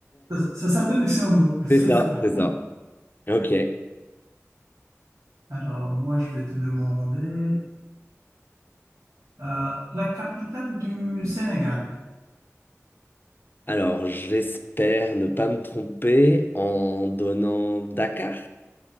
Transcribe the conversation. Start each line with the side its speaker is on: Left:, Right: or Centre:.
Right: Ça, ça s'appelle Luxembourg,
Left: <laughs>
Right: <laughs> c'est
Left: C'est ça,
Right: ça.
Left: c'est ça. Ok.
Right: Alors, moi, je vais te demander euh, la capitale du Sénégal.
Left: Alors, j'espère ne pas me tromper en donnant Dakar.